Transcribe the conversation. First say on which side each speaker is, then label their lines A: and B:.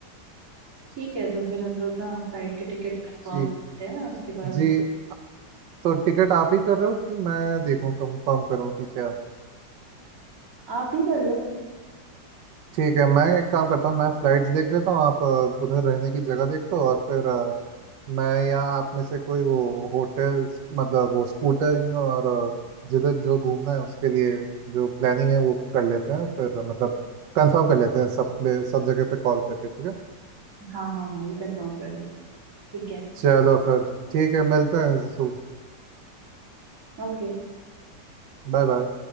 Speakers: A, on the right; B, on the right.
A: ठीक है तो फिर हम लोग ना फ्लाइट के टिकट कंफर्म
B: जी
A: करते हैं उसके बाद
B: जी तो टिकट आप ही कर रहे हो कि मैं देखूं कंफर्म करूं कि क्या
A: आप ही कर लो
B: ठीक है मैं एक काम करता हूँ मैं फ्लाइट्स देख लेता हूँ आप अ, उधर रहने की जगह देख लो और फिर अ, मैं या आप में से कोई वो होटल मतलब वो स्कूटरिंग और अ, जिधर जो घूमना है उसके लिए जो प्लानिंग है वो कर लेते हैं फिर अ, मतलब कंफर्म कर लेते हैं सब पे सब जगह पे कॉल करके ठीक है
A: हाँ हाँ हाँ ये कंफर्म कर लेते हैं ठीक है
B: चलो फिर ठीक है मिलते हैं सुन
A: ओके
B: Bye bye